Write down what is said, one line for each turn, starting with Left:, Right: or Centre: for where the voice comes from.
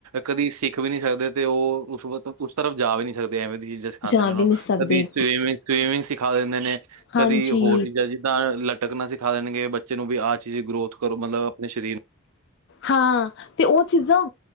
Right: ਕਦੀ ਸਿੱਖ ਵੀ ਨੀ ਸਕਦੇ, ਤੇ ਓ ਉਸ ਵ ਉਸ ਤਰਫ਼ ਜਾ ਵੀ ਨੀ ਸਕਦੇ, ਐਵੇਂ ਦੀ ਚੀਜ ਸਿਖਾਂਦੇ
Left: ਜਾ
Right: ਨੇ ਓਨਾਂ
Left: ਵੀ
Right: ਨੂੰ,
Left: ਨਹੀਂ ਸਕਦੇ
Right: ਕਦੀ ਸਵੀਮਿੰਗ-ਸਵੀਮਿੰਗ ਸਿਖਾ ਦੇੰਦੇ ਨੇ, ਕਦੀ
Left: ਹਾਂਜੀ
Right: ਹੋਰ ਚੀਜਾ ਜਿੱਦਾਂ ਅ ਲਟ ਟਕਨਾ ਸਿਖਾ ਦੇਨਗੇ ਬੱਚੇ ਨੂੰ, ਵੀ ਆ ਚੀਜ ਗਰੋਥ ਕਰੋ ਮਤਲਬ ਅਪਨੇ ਸ਼ਰੀਰ
Left: ਹਾਂ, ਤੇ ਓ ਚੀਜਾਂ